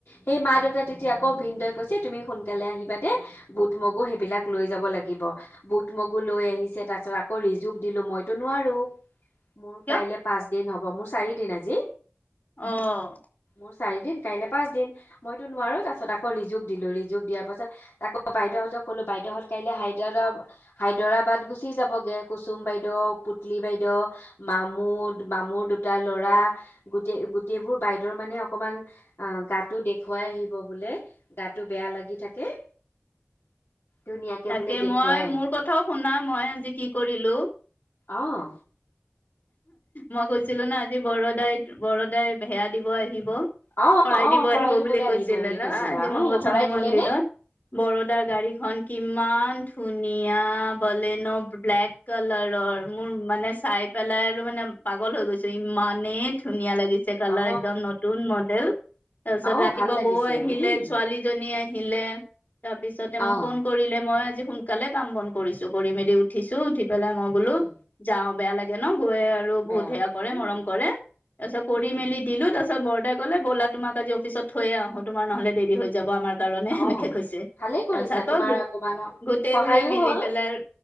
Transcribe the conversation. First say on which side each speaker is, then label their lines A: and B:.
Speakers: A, on the left (about 75°); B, on the left (about 50°).
A: সেই মা-দেউতা তেতিয়া আকৌ ভিনদেউৱে কৈছে তুমি সোনকালে আহিবা দেই, বুট মগু সেইবিলাক লৈ যাব। লাগিব, বুট মগু লৈ আহিছে, তাৰ পিছত আকৌ ৰিজুক দিলোঁ, মইতো নোৱাৰো। মোৰ
B: কিয়
A: কাইলে পাঁচ দিন হ'ব, মোৰ চাৰি দিন আজি।
B: অহ।
A: মোৰ চাৰিদিন, কাইলৈ পাঁচদিন, মইতো নোৱাৰো তাৰ পিছত আকৌ ৰিজুক দিলো, ৰিজুক দিয়াৰ পাছত আকৌ বাইদেউহঁতক ক'লো বাইদেউহঁত কাইলৈ হাইদৰা হাইদৰাবাদ গুচি যাবগে কুচুম বাইদেউ, পুতলি বাইদেউ মামু, মামুৰ দুটা ল'ৰা, গোটেই গোটেইবোৰ বাইদেউৰ মানে অকমান অ', গাটো দেখুৱাই আহিব বোলে, গাটো বেয়া লাগি থাকে। ধুনীয়াকে
B: তাকেই
A: বোলে দেখুৱাই
B: মই,
A: আহিব
B: মোৰ কথাও শুনা, মই আজি কি কৰিলোঁ।
A: অহ।
B: মই কৈছিলোঁ নহ আজি বৰদায়ে বৰদায়ে ভেৰা দিব আহিব।
A: অ
B: শৰাই
A: অ
B: দিব আহিব
A: দিবলৈ
B: বুলি কৈছিলে
A: আহিব বুলি
B: ন',
A: কৈছিলা
B: আজি
A: উম
B: মংগল
A: শৰাই
B: চন্দী
A: দিলে
B: মন্দিৰত।
A: নে
B: বৰোদা গাড়ীখন কি ইমান ধুনীয়া বলেন' ব্লেক কালাৰৰ মোৰ মানে চাই পেলাই আৰু মানে পাগল হৈ গৈছো, ইমানেই ধুনীয়া লাগিছে কালাৰ
A: অ
B: একদম নতুন মডেল, তাৰপিছত
A: অ
B: ৰাতিপুৱা
A: ভাল লাগিছে
B: বৌ আহিলে
A: উম
B: ছোৱালীজনী আহি লে তাৰপিছতে
A: অ',
B: মোক ফোন কৰিলে মই আজি সোনকালে কাম বন কৰিছো, কৰি মেলি উঠিছো, উঠি পেলাই মই বোলো
A: উম,
B: যাওঁ বেয়া লাগে ন'। আৰু
A: বেয়া
B: বহুত সেয়া
A: লাগে
B: কৰে,
A: উম,
B: মৰম কৰে, তাৰ পিছত কৰি
A: উম,
B: মেলি দিলো তাৰপাছত বৰদেই কলে ব'লা তোমাক আজি অফিছত থৈ আহো তোমাৰ নহ'লে দেৰি হৈ যাব আমাৰ কাৰণে
A: অ',
B: সেনেকে কৈছে,
A: ভালেই কৰিছা
B: তাৰপিছত আকৌ
A: তোমাৰ অকমান
B: গোটেইবোৰে
A: সহায়ো
B: মিলি
A: হ'ল
B: পেলাই